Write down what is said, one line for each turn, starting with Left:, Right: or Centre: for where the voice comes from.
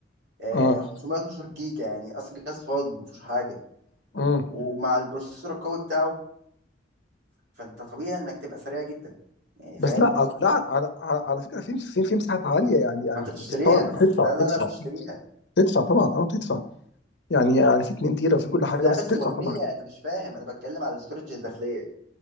Right: آه،
Left: اه
Right: 512 جيجا يعني اصل الجهاز فاضي مفيهوش حاجه
Left: امم
Right: ومع البروسيسور القوي بتاعه فانت طبيعي انك تبقى سريع جدا يعني
Left: بس
Right: فاهم
Left: لا لا على, على, على فكره في في في مساحات عاليه يعني يعني
Right: ما انت بتشتريها
Left: بس طبعا بتدفع
Right: <laughs> لا لا
Left: تدفع
Right: لا بتشتريها
Left: تدفع طبعا اه تدفع يعني يعني في 2 تيرا وفي كل حاجه
Right: لا
Left: بس
Right: بس
Left: بتدفع
Right: وهميه
Left: طبعا
Right: انت مش فاهم انا بتكلم على الاستورج الداخليه